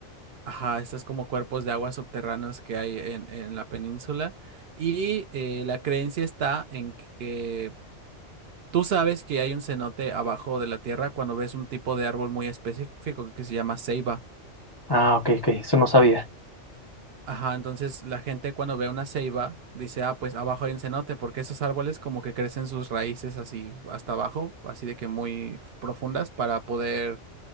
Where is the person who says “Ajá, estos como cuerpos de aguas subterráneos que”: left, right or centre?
Right